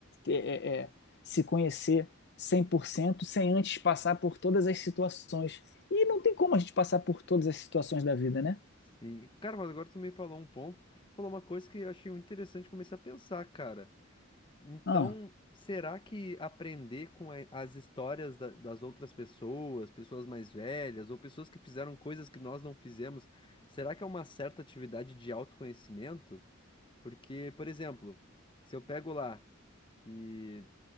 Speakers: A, on the left; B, on the left.
A: é, é, é, se conhecer 100% sem antes passar por todas as situações. E não tem como a gente passar por todas as situações da vida, né?
B: Sim. Cara, mas agora tu me falou um ponto, falou uma coisa que eu achei muito interessante, comecei a pensar, cara. Então,
A: Ah,
B: será que aprender com a- as histórias da- das outras pessoas, pessoas mais velhas, ou pessoas que fizeram coisas que nós não fizemos, será que é uma certa atividade de autoconhecimento? Porque, por exemplo, se eu pego lá que